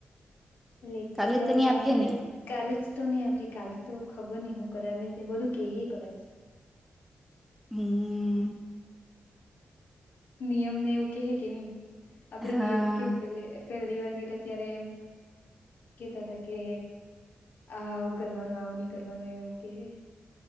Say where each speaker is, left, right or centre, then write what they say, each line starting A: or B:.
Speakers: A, on the left; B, in the centre.
A: લેક્ચર
B: કાલે
A: લેવા
B: તો નહી
A: જવાનું
B: આપે
A: અત્યારે
B: ને
A: કાલે જ તો નહી આપે કાલે તો ખબર નહી હું કરાવે બધું કે હ કદાચ
B: હમ
A: નિયમ ને એવું કેહે કે નહી આપડે
B: હા
A: બીએડમાં કે પહેલી વાર ગેલા ત્યારે એમ કેતા હતા કે આ આવું કરવાનું આવું નહી કરવાનું એવું કે હે